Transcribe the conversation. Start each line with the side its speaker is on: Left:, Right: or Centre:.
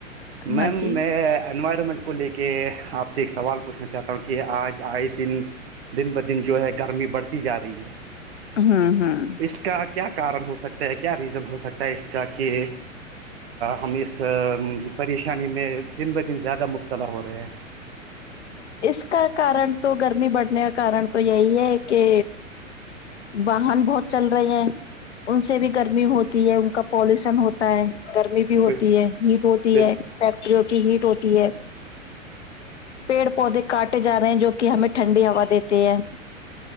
Right: میم
Left: ہاں جی
Right: میں انوائرمنٹ کو لے کے کہ آپ سے ایک سوال پوچھنا چاہتا ہوں کہ آج آئے دن دن بہ دن جو ہے گرمی بڑھتی جا رہی ہے
Left: ہاں ہاں
Right: اس کا کیا کارن ہو سکتا ہے کیا ریزن ہو سکتا ہے اس کا کہ ہم اس پریشانی میں دن بہ دن زیادہ مبتلا ہو رہے ہیں
Left: اس کا کارن تو گرمی بڑھنے کا کارن تو یہی ہے کہ واہن بہت چل رہے ہیں ان سے بھی گرمی ہوتی ہوتی ہے ان کا پالوشن ہوتا ہے گرمی
Right: ہیں
Left: بھی ہوتی
Right: ب
Left: ہے ہیٹ ہوتی
Right: ب
Left: ہے فیکٹریوں کی ہیٹ ہوتی ہے پیڑ پودے کاٹے جا رہے ہیں جو کہ ہمیں ٹھنڈی ہوا دیتے ہے